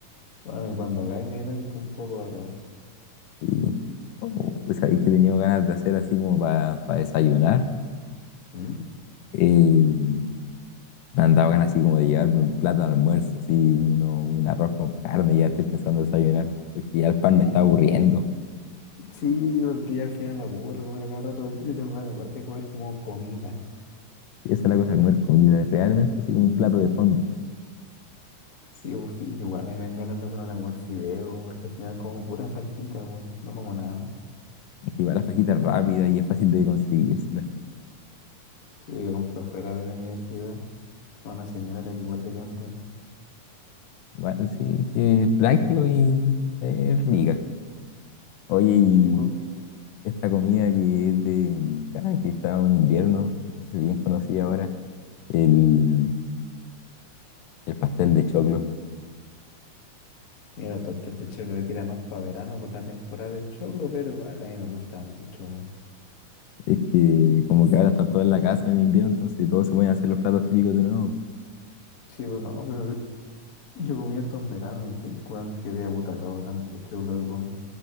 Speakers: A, on the left; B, on the left.
A: Bueno, y cuando hagáis me dais pa' un poco a probar.
B: Sí. Oh, pues sabéis que he tenido ganas de hacer así como para desayunar.
A: ¿Mm?
B: eh, Me han dado ganas así como de llevarme un plato de almuerzo, así uno, un arroz con carne, ya estoy pensando desayunar, porque ya el pan
A: Sí,
B: me está aburriendo.
A: sí, porque ya al final la aburro comer a cada rato. Yo tengo ganas igual de comer como comida.
B: Y Esa es la cosa, comer comida, es realmente así como
A: sí.
B: un plato de fondo.
A: Sí, pues, fi- igual a mí me dan ganas la semana de comer fideo, porque al final como pura fajita, weón, no como nada más.
B: Y Igual la fajita es rápida y es fácil de conseguírsela.
A: Sí, yo compro fuera de mi universidad a una señora que igual le quedan buenas.
B: Igual sí, es que es práctico y eh, es rica. Oye, y
A: Sí, pues,
B: esta comida que es de, ah, que está en invierno, que se hace bien conocida ahora, el, el pastel de choclo.
A: mira, el pastel de choclo le tira más para verano por la temporada del choclo, pero igual a mí me gusta mucho, weón.
B: Es que como que ahora están todos en la casa en invierno, entonces todos se pueden hacer los platos típicos de nuevo.
A: Sí, pues no, pero se- yo comí harto en verano y te, weón, quedé abutacado tanto choclo que comí.